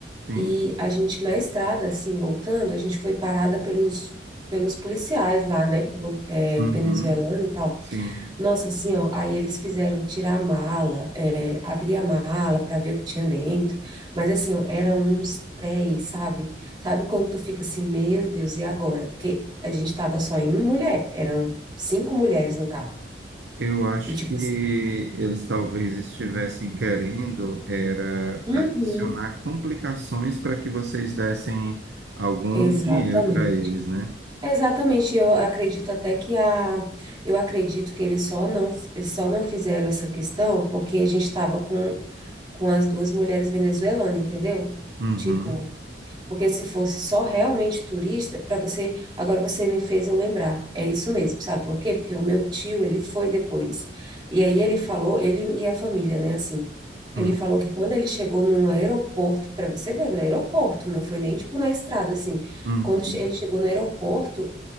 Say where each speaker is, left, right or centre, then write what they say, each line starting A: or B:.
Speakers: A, on the right (about 75°); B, on the right (about 25°).
A: Sim.
B: E a gente na estrada, assim, voltando, a gente foi parada pelos, pelos policiais lá, né? Bo- É,
A: Uhum.
B: venezuelano e tal.
A: Sim.
B: Nossa, assim, ó, aí eles fizeram tirar a mala, é, abrir a mala para ver o que tinha dentro. Mas assim, ó, eram uns dez sabe? Sabe quando tu fica assim, meu Deus, e agora? Porque a gente tava só em mulher, eram cinco mulheres no carro.
A: Eu acho
B: E tipo
A: que
B: assim,
A: eles talvez estivessem querendo era
B: uhum,
A: adicionar complicações para que vocês dessem algum
B: exatamente.
A: dinheiro para eles, né?
B: É, Exatamente, eu acredito até que a, eu acredito que eles só não, eles só não fizeram essa questão porque a gente estava com, com as duas mulheres venezuelanas, entendeu?
A: Uhum.
B: Tipo, porque se fosse só realmente turista, para você, agora você me fez eu lembrar, é isso mesmo, sabe por quê? Porque o meu tio, ele foi depois, e aí ele falou, ele e a família, né, assim, ele
A: Uhum.
B: falou que quando ele chegou num aeroporto, para você ver, no aeroporto, não foi nem tipo na estrada, assim,
A: Uhum.
B: quando che- ele chegou no aeroporto,